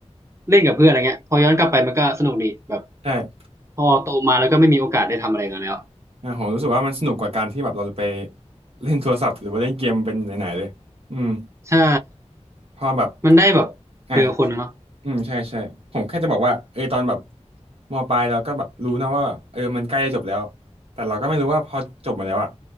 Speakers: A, on the right (about 25°); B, on the right (about 55°).
A: เล่นกับเพื่อนอะไรเงี้ยพอย้อนกลับไปมันก็สนุกดีแบบ
B: ใช่
A: พอโตมาแล้วก็ไม่มีโอกาสได้ทำอะไรกันแล้ว
B: อ่าผมรู้สึกว่ามันสนุกกว่าการที่แบบเราจะไปเล่นโทรศัพท์หรือว่าเล่นเกมเป็นไหนๆเลยอืม
A: ใช่
B: เพอแบบ
A: มันได้แบบเจอคนนะเนาะ
B: อ่าอืมใช่ใช่ผมแค่จะบอกว่าเออตอนแบบมปลายเราก็แบบรู้นะว่าแบบเออมันใกล้จะจบแล้วแต่เราก็ไม่รู้ว่าพอจบมาแล้วอ่ะ